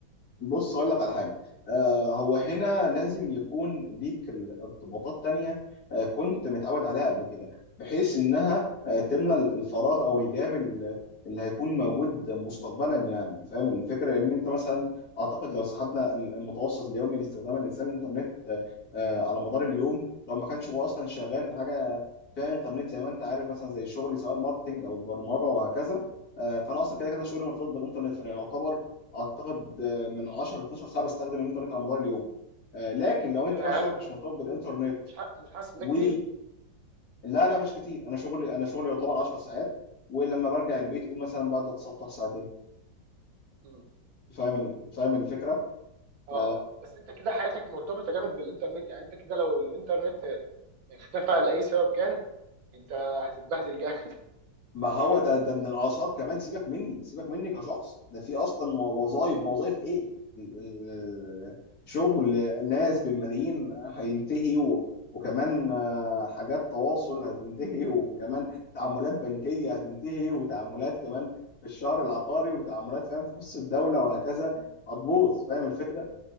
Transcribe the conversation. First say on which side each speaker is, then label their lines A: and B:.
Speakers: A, on the left; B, on the right.
A: بص اقول لك على حاجه آه هو هنا لازم يكون ليك ارتباطات تانية آه كنت متعود عليها قبل كده بحيث انها آه تملى الفراغ او الجاب ال- اللي هيكون موجود مستقبلا يعني فاهم الفكره ان انت مثلا اعتقد لو سحبنا المتوسط اليومي لاستخدام الانسان الانترنت آه على مدار اليوم لو ما كانش هو اصلا شغال في حاجه فيها انترنت زي ما انت عارف مثلا زي شغلي سواء ماركتنج او برمجه وهكذا آه فانا اصلا كده كده شغلي مرتبط بالانترنت فانا يعتبر اعتقد من 10 ل 12 ساعه بستخدم الانترنت على مدار اليوم آه، لكن لو انت
B: ياه
A: بقى شغلك مش مرتبط بالانترنت
B: مش ح... مش حاسس ان
A: و
B: ده كتير
A: لا لا مش كتير انا شغلي انا شغلي يعتبر 10 ساعات ولما برجع البيت قول مثلا بقعد اتسطح ساعتين
B: مم.
A: فاهم ال- فاهم الفكره
B: اه
A: ف
B: اه بس انت كده حياتك مرتبطه جامد بالانترنت يعني انت كده لو الانترنت اختفى لاي سبب كان انت هتتبهدل جامد
A: ما هو ده ده من الاثار كمان سيبك مني سيبك مني كشخص ده في اصلا وظائف وظائف ايه ال- ال- شغل ناس بالملايين هينتهي و- وكمان آه، حاجات تواصل هتنتهي <laughs> وكمان تعاملات بنكية هتنتهي وتعاملات كمان في الشهر العقاري وتعاملات فاهم تخص الدولة وهكذا هتبوظ فاهم الفكرة